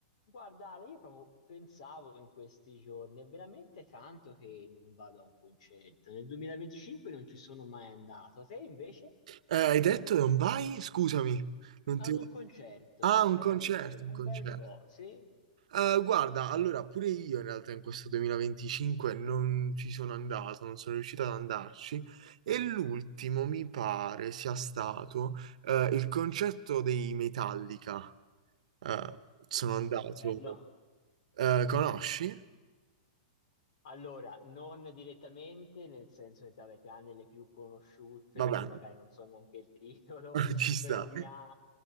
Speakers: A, on the left; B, on the right.
A: Guarda, Ale, io proprio pensavo in questi giorni, è veramente tanto che non vado a un concerto. Nel 2025 non ci sono mai andato. Te invece
B: Eh, hai detto che non vai? Scusami, non
A: ad
B: ti...
A: un concerto,
B: Ah,
A: è
B: un
A: veramente
B: concerto, un
A: un
B: concerto.
A: bel po', sì?
B: Eh, guarda, allora, pure io in realtà in questo 2025 non ci sono andato, non sono riuscito ad andarci e l'ultimo mi pare sia stato eh, il concerto dei Metallica. Eh, sono andato...
A: Ah, bello.
B: eh, conosci?
A: Allora, non direttamente, nel senso che vabbè, tranne le più conosciute,
B: Vabbè,
A: di cui magari non so neanche il titolo,
B: <laughs>
A: <laughs>
B: ci sta,
A: però mia,